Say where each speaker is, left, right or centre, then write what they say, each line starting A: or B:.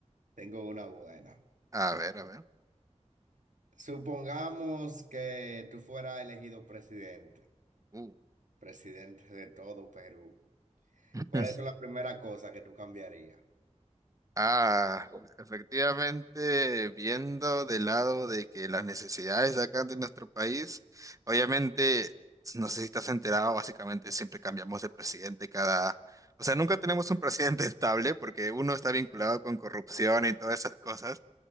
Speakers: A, on the right (about 90°); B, on the right (about 25°).
A: Tengo una buena.
B: A ver, a ver.
A: Supongamos que tú fueras elegido presidente,
B: Uh,
A: presidente de todo Perú.
B: <laughs>
A: ¿Cuál es la primera cosa que tú cambiarías?
B: Ah, efectivamente, viendo del lado de que las necesidades de acá de nuestro país, obviamente, no sé si estás enterado, básicamente siempre cambiamos de presidente cada, o sea, nunca tenemos un presidente <laughs> estable porque uno está vinculado con corrupción y todas esas cosas.